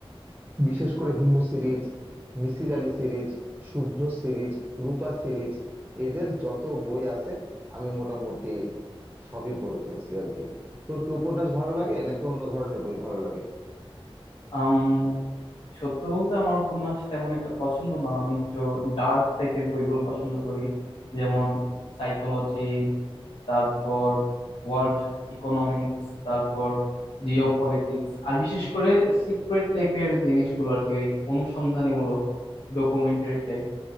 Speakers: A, on the right (about 20°); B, on the left (about 65°).
A: বিশেষ করে Himu series Misir Ali series Shubhro series Rupa series এদের যত বই আছে আমি মোটামুটি সবই পড়ে ফেলছি আর কি তোর কি উপন্যাস ভালো লাগে নাকি অন্য ধরনের বই ভালো লাগে
B: আম সত্য বলতে আমার উপন্যাস তেমন একটা পছন্দ না আমি একটু ডার্ক টাইপের বইগুলো পছন্দ করি যেমন সাইকোলজি তারপর ওয়ার্ল্ড ইকোনমিক্স তারপর জিও পলিটিক্স আর বিশেষ করে সিক্রেট টাইপের জিনিসগুলো আর কি ওই অনুসন্ধানীমূলক ডকুমেন্টারি টাইপ